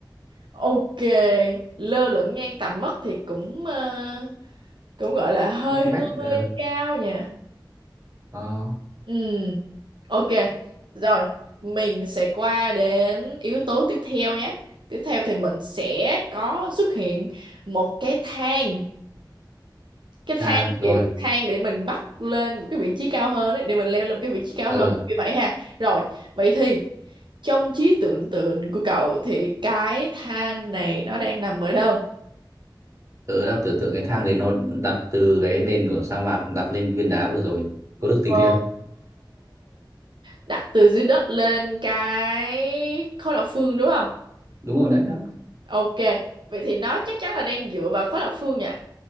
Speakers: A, on the right; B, on the right.
A: Ok, lơ lửng ngang tầm mắt thì cũng ờ, cũng gọi là hơi
B: các mét
A: hơi
B: ừ.
A: cao nhỉ.
B: Ờ,
A: Ừ, ok. Rồi, mình sẽ qua đến yếu tố tiếp theo nhé. Tiếp theo thì mình sẽ có xuất hiện một cái thang. Cái
B: thang
A: thang
B: rồi
A: kiểu cái thang để mình bắt lên một cái vị trí cao hơn ấy, để mình leo lên một cái vị trí cao
B: ừ.
A: hơn như vậy ha. Rồi, vậy thì trong trí tưởng tượng của cậu thì cái thang này nó đang nằm ở đâu?
B: tớ đang tưởng tượng cái thang đấy nó đặt từ cái nền của sa mạc đặt lên viên đá vừa rồi có được
A: Ồ,
B: tính thế không
A: đặt từ dưới đất lên cái khối lập phương đúng không?
B: đúng rồi đấy đó
A: Ok, vậy thì nó chắc chắn là đang dựa vào khối lập phương nhỉ?